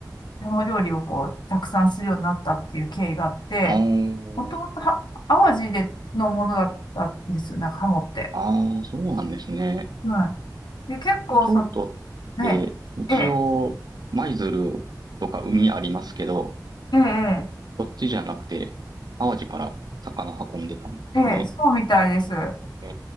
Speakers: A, on the left; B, on the right.
A: 山料理をこう、たくさんするようになったっていう経緯があって、
B: あ
A: もともとは、淡路でのものだったんですよ、なんかハモって。
B: あ、ああ、そうなんですね。
A: はい。で、結構、
B: 京都って、
A: その、ね、
B: 一応、
A: ええ、
B: 舞鶴とか海ありますけど、
A: ええ、
B: そっちじゃなくて、淡路から魚運んでたんですね。
A: ええ、ええそうみたいです。は
B: え